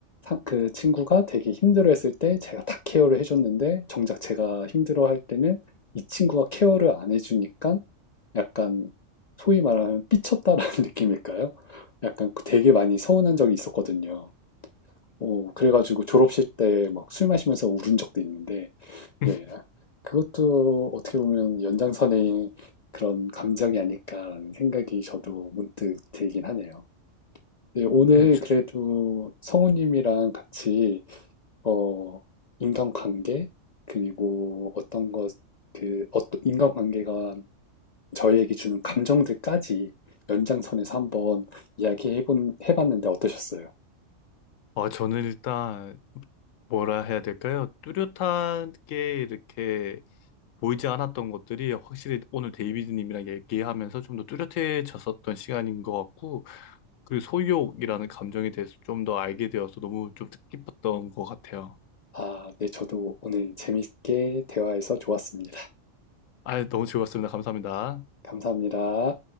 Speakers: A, on the left; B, on the left.
A: 그 친구가 되게 힘들어했을 때 제가 다 케어를 해줬는데 정작 제가 힘들어할 때는 이 친구가 케어를 안 해주니까 약간 소위 말하면 삐쳤다라는 <laughs> 느낌일까요? 약간 되게 많이 서운한 적이 있었거든요. 어, 그래가지고 졸업식 때 막 술 마시면서 울은 적도 있는데,
B: <laughs>
A: 예. 그것도 어떻게 보면 연장선의 그런 감정이 아닐까라는 생각이 저도 문득 들긴 하네요. 네, 오늘
B: 네, 저,
A: 그래도 성우님이랑 같이 어, 인간관계 그리고 어떤 것, 그 어떤 인간관계가 저희에게 주는 감정들까지 연장선에서 한번 이야기해본 해봤는데 어떠셨어요?
B: 아, 저는 일단 뭐라 해야 될까요? 뚜렷하게 이렇게 보이지 않았던 것들이 확실히 오늘 데이비드님이랑 얘기하면서 좀 더 뚜렷해졌었던 시간인 것 같고, 그리고 소유욕이라는 감정에 대해서 좀 더 알게 되어서 너무 좀 뜻깊었던 것 같아요.
A: 아, 네, 저도 오늘 재밌게 대화해서 좋았습니다.
B: 아, 너무 즐거웠습니다. 감사합니다.
A: 감사합니다.